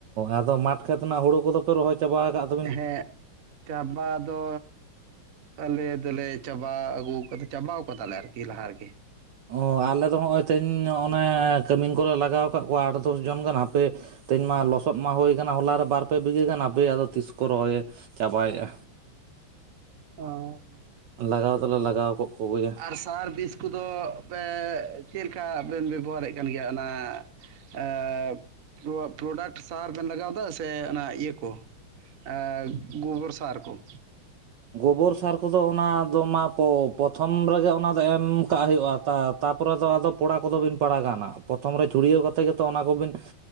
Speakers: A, on the right; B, on the right.
A: ᱟᱫᱚ ᱢᱟᱴᱷ ᱠᱷᱮᱛ ᱨᱮᱱᱟᱜ ᱦᱩᱲᱩ ᱠᱚᱫᱚ ᱯᱮ ᱨᱚᱦᱚᱭ ᱪᱟᱵᱟ ᱠᱟᱫ
B: ᱦᱮᱸᱜ ᱪᱟᱵᱟ ᱫᱚ ᱟᱞᱮ ᱫᱚᱞᱮ ᱪᱟᱵᱟ ᱟᱹᱜᱩᱠᱟᱫᱟ ᱪᱟᱵᱟ ᱠᱟᱫᱟᱞᱮ ᱟᱨᱠᱤ ᱞᱟᱦᱟ ᱨᱮᱜᱮ᱾
A: ᱚ ᱟᱞᱮᱫᱚ ᱦᱚᱸᱜᱼᱚᱭ ᱛᱮᱦᱮᱧ ᱱᱚᱸᱜᱼᱱᱮ ᱠᱟᱹᱢᱤᱱ ᱠᱚᱞᱮ ᱞᱟᱜᱟᱣ ᱠᱟᱜ ᱠᱚᱣᱟ ᱟᱴ ᱫᱚᱥ ᱡᱚᱱ ᱜᱟᱱ ᱦᱟᱯᱮ ᱛᱮᱦᱮᱧ ᱢᱟ ᱞᱚᱥᱚᱫ ᱢᱟ ᱦᱩᱭ ᱠᱟᱱᱟ ᱦᱚᱞᱟ ᱨᱮ ᱵᱟᱨ ᱯᱮ ᱵᱤᱜᱷᱟᱹ ᱜᱟᱱ ᱟᱯᱮ ᱟᱫᱚ ᱛᱤᱥ ᱠᱚ ᱨᱚᱦᱚᱭᱮ ᱪᱟᱵᱟᱭᱮᱫᱼᱟ᱾
B: ᱚ᱾
A: ᱞᱟᱜᱟᱣ ᱫᱚᱞᱮ ᱞᱟᱜᱟᱣ ᱠᱚᱜ ᱠᱚᱜᱮᱭᱟ᱾
B: ᱟᱨ ᱥᱟᱨ ᱵᱤᱥ ᱠᱚᱫᱚ ᱯᱮ ᱪᱮᱫ ᱞᱮᱠᱟ ᱵᱮᱱ ᱵᱮᱵᱚᱦᱟᱨᱮᱫ ᱠᱟᱱ ᱜᱮᱭᱟ ᱚᱱᱟ ᱮᱸᱜ ᱯᱨᱚᱰᱟᱠᱴ ᱥᱟᱨ ᱵᱮᱱ ᱞᱟᱜᱟᱣᱫᱟ ᱥᱮ ᱚᱱᱟ ᱤᱭᱟᱹ ᱠᱚ ᱮᱸ ᱜᱩᱵᱚᱨ ᱥᱟᱨ ᱠᱚ?
A: ᱜᱳᱵᱚᱨ ᱥᱟᱨ ᱠᱚᱫᱚ ᱚᱱᱟ ᱫᱚ ᱢᱟᱛᱚ ᱯᱨᱚᱛᱷᱚᱢ ᱨᱮᱜᱮ ᱚᱱᱟᱫᱚ ᱮᱢ ᱠᱟᱜ ᱦᱩᱭᱩᱜᱼᱟ ᱛᱟ ᱛᱟᱯᱚᱨᱮ ᱫᱚ ᱟᱫᱚ ᱯᱚᱲᱟ ᱠᱚᱫᱚ ᱵᱤᱱ ᱯᱟᱲᱟᱜ ᱠᱟ ᱱᱟᱜ, ᱯᱨᱚᱛᱷᱚᱢ ᱨᱮ ᱪᱷᱩᱲᱭᱟᱹᱣ ᱠᱟᱛᱮ ᱜᱮᱛᱚ ᱚᱱᱟ ᱠᱚᱵᱤᱱ